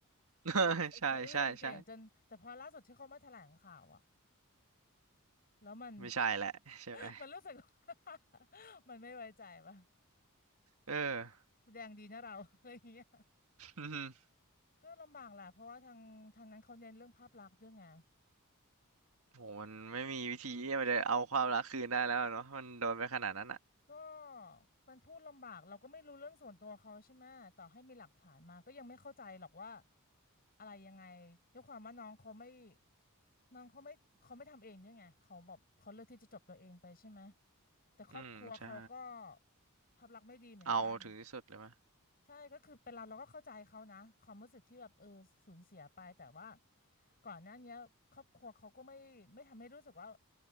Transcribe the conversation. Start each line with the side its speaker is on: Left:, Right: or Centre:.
Left: คือแบบสะอึกสะอื้นเก่งจนแต่พอล่าสุดที่เขามาแถลงข่าวอ่ะ
Right: <laughs> ใช่ใช่ใช่
Left: แล้วมัน
Right: ไม่ใช่แหละใช่ไหม
Left: <laughs> มันรู้สึกว่า <laughs> มันไม่ไว้ใจป่ะ
Right: เออ
Left: แสดงดีนะเรา <laughs> อะไรอย่างเงี้ย
Right: <laughs>
Left: ก็ลำบากแหละเพราะว่าทางทางนั้นเขาเน้นเรื่องภาพลักษณ์ด้วยไง
Right: โหมันไม่มีวิธีที่มันจะเอาความรักคืนได้แล้วเนาะมันโดนไปขนาดนั้นอ่ะ
Left: ก็มันพูดลำบากเราก็ไม่รู้เรื่องส่วนตัวเขาใช่ไหมต่อให้มีหลักฐานมาก็ยังไม่เข้าใจหรอกว่าอะไรยังไงด้วยความว่าน้องเขาไม่น้องเขาไม่เขาไม่ทำเองด้วยไงเขาแบบเขาเลือกที่จะจบตัวเองไปใช่ไหมแต่ครอบครัวเขาก็
Right: อืมใช่
Left: ภาพลักษณ์ไม่ดีเหมือนกัน
Right: เอาถึงที่สุดเลยมะ
Left: ใช่ก็คือเป็นเราเราก็เข้าใจเขานะความรู้สึกที่แบบเออสูญเสียไปแต่ว่าก่อนหน้าเนี้ยครอบครัวเขาก็ไม่ไม่ทำให้รู้สึกว่า